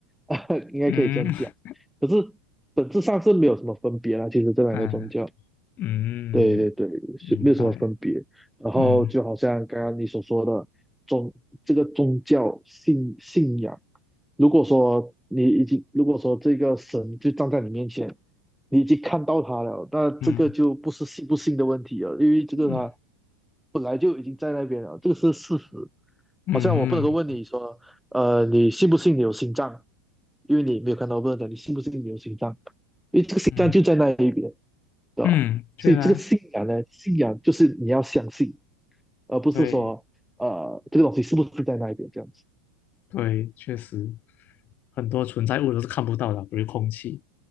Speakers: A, in the centre; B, on the left.
A: <laughs> 应该可以这样讲，
B: 嗯嗯
A: 可是本质上是没有什么分别啦，其实这两个宗教。
B: 啊嗯，
A: 对对对，是没有什么分别。
B: 明白。
A: 然后就好像刚刚你所说的宗，
B: 嗯
A: 这个宗教信信仰，如果说你已经，如果说这个神就站在你面前，你已经看到他了，那这个就不是信不信的问题了，
B: 嗯
A: 因为这个他
B: 嗯
A: 本来就已经在那边了，这个是事实。
B: 嗯嗯
A: 好像我不能够问你说，呃，你信不信你有心脏？因为你没有看到，我不能讲你信不信你有心脏，因为这个心脏就在那一边。
B: 嗯，
A: 对吧？
B: 嗯，对啊，
A: 所以这个信仰呢，信仰就是你要相信，而不是说呃这个东西是不是在那一边这样子。
B: 对对，确实，很多存在物都是看不到的，比如空气，